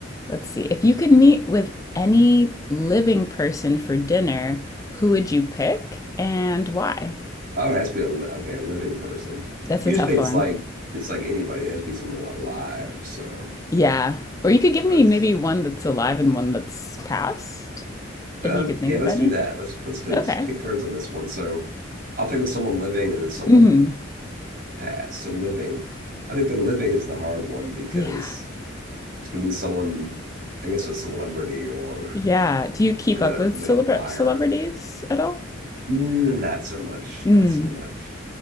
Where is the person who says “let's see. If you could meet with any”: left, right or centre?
Left